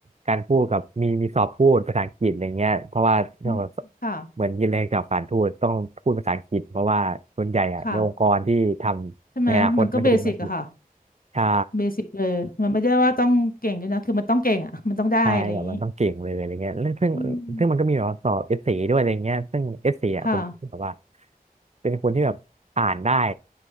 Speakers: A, on the right; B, on the left.
A: การพูดกับมีมีสอบพูดภาษาอังกฤษอะไรเงี้ยเพราะว่าเรื่องแบบ
B: อืมค่ะ
A: เหมือนยินเรียนเกี่ยวกับการพูตต้องพูดภาษาอังกฤษเพราะว่าส่วนใหญ่อะในองค์กรที่ทำในอนาคตมันจะเป็นภาษาอังกฤษ
B: ค่ะใช่ไหมมันก็เบสิกอะค่ะ
A: ใช่
B: เบสิกเลยมันไม่ได้ว่าต้องเก่งด้วยนะคือมันต้องเก่งอะมันต้องได้อะไรอย่างนี้
A: ใช่แบบมันต้องเก่งเลยอะไรเงี้ยแล้วซึ่งซึ่งมันก็มีแบบว่าสอบเอสเซด้วยอะไรเงี้ยซึ่งเอสเซอ่อะผมคิดแบบว่า
B: อืมค่ะ
A: เป็นคนที่แบบอ่านได้